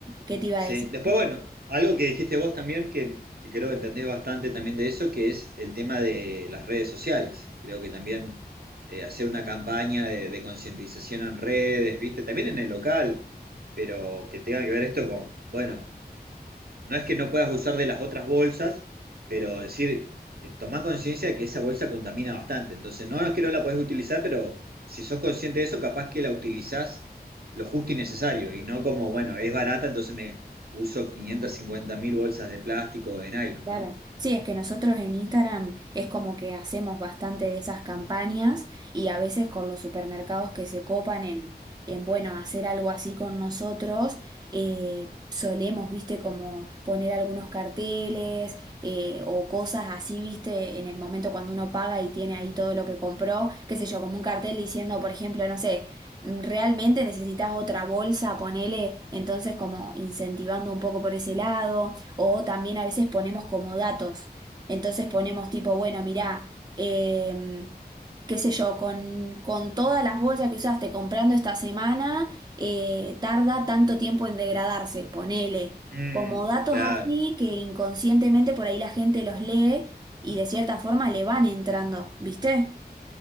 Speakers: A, on the right; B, on the right.
A: ¿qué te iba
B: Sí,
A: a decir?
B: después, bueno, algo que dijiste vos también, que, que creo que entendés bastante también de eso, que es el tema de las redes sociales. Creo que también eh, hacer una campaña de, de concientización en redes, ¿viste? También en el local, pero que tenga que ver esto con, bueno, no es que no puedas usar de las otras bolsas, pero decir, eh, tomá conciencia de que esa bolsa contamina bastante. Entonces, no no es que no la podés utilizar, pero si sos consciente de eso, capaz que la utilizás lo justo y necesario. Y no como, bueno, es barata, entonces me uso quinientas cincuenta mil bolsas de plástico o de nylon,
A: Claro.
B: ¿no?
A: Sí, es que nosotros en Instagram es como que hacemos bastante de esas campañas y a veces con los supermercados que se copan en, en bueno, hacer algo así con nosotros, eh, solemos, viste, como poner algunos carteles eh, o cosas así, viste, en el momento cuando uno paga y tiene ahí todo lo que compró, qué sé yo, como un cartel diciendo, por ejemplo, no sé. "Mm, Realmente necesitas otra bolsa, ponele, entonces como incentivando un poco por ese lado. O también a veces ponemos como datos. Entonces ponemos tipo, bueno, mirá, em, qué sé yo, con, con todas las bolsas que usaste comprando esta semana, eh, tarda tanto tiempo en degradarse, ponele.
B: Mm,
A: Como datos
B: claro.
A: así que inconscientemente por ahí la gente los lee y de cierta forma le van entrando, ¿viste?